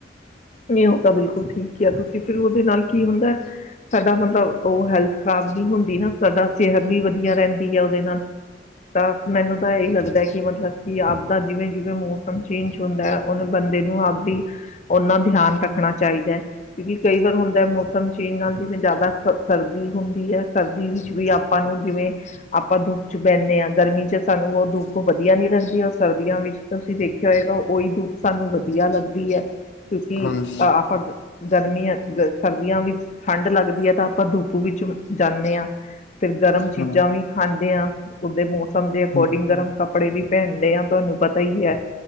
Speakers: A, on the left; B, on the left.
A: ਨਈ ਓ ਤਾਂ ਬਿਲਕੁਲ ਠੀਕ ਕਿਹਾ ਤੁਸੀਂ ਫਿਰ ਉਦੇ ਨਾਲ ਕੀ ਹੁੰਦਾ। ਸਾਡਾ ਮਤਲਬ ਓ ਹੈਲਥ ਖ਼ਰਾਬ ਨਹੀਂ ਹੁੰਦੀ ਨਾ, ਸਾਡਾ ਸਿਹਤ ਵੀ ਵਧੀਆ ਰਹਿੰਦੀ ਐ ਓਦੇ ਨਾਲ। ਤਾਂ ਮੈਨੂੰ ਤਾਂ ਏਈ ਲੱਗਦਾ ਐ ਕਿ ਮਤਲਬ ਕਿ ਆਪਦਾ ਜਿਵੇਂ ਜਿਵੇਂ ਮ ਮੌਸਮ ਚੇਂਜ ਹੁੰਦਾ ਐ ਉਨ ਬੰਦੇ ਨੂੰ ਆਪਦੀ ਓਨਾਂ ਧਿਆਨ ਰੱਖਣਾ ਚਾਈਦਾ ਐ ਕਿਉਂਕਿ ਕਈ ਵਾਰ ਹੁੰਦਾ ਮੌਸਮ ਚੇਂਜ ਨਾਲ ਜਿਵੇਂ ਜਾਦਾ ਸ ਸਰਦੀ ਹੁੰਦੀ ਐ ਸਰਦੀ ਵਿੱਚ ਵੀ ਆਪਾਂ ਨੂੰ ਜਿਵੇਂ ਆਪਾਂ ਧੁੱਪ 'ਚ ਬੈਨੇ ਆਂ, ਗਰਮੀ 'ਚ ਸਾਨੂੰ ਓ ਧੁੱਪ ਵਧੀਆ ਨੀ ਲੱਗਦੀ ਔਰ ਸਰਦੀਆਂ ਵਿੱਚ ਤੁਸੀਂ ਦੇਖਿਆ ਹੋਏਗਾ ਓਈ ਧੁੱਪ ਸਾਨੂੰ ਵਧੀਆ ਲੱਗਦੀ ਐ ਕਿਉਂਕਿ
B: ਹਾਂਜੀ
A: ਅ ਆਪਾਂ ਗਰਮੀਆਂ, ਸਰਦੀਆਂ ਵਿੱਚ ਠੰਡ ਲੱਗਦੀ ਐ ਤਾਂ ਆਪਾਂ ਧੁੱਪ ਵਿੱਚ ਜਾਂਨੇ ਆਂ। ਫੇਰ ਗਰਮ ਚੀਜ਼ਾਂ
B: ਹਾਂ
A: ਵੀ ਖਾਂਦੇ ਆਂ, ਓਦੇ ਮੌਸਮ ਦੇ ਅਕੋਰਡਿੰਗ
B: ਹੂੰ
A: ਗਰਮ ਕੱਪੜੇ ਵੀ ਪਹਿਨਦੇ ਆਂ ਤੁਹਾਨੂੰ ਪਤਾ ਈ ਐ,